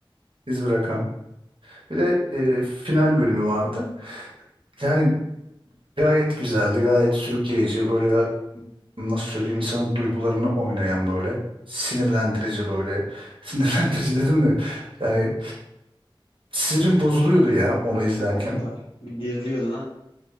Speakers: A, on the right; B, on the left.
A: iz bırakan. Bir de e, final bölümü vardı. Yani gayet güzeldi, gayet sürükleyici. Böyle ga- nasıl söyleyeyim insanın duygularını oynayan böyle. Sinirlendirici böyle. <laughs> Sinirlendirici dedim de yani sinirim bozuluyordu ya onu izlerken.
B: O kadar geriliyordun ha.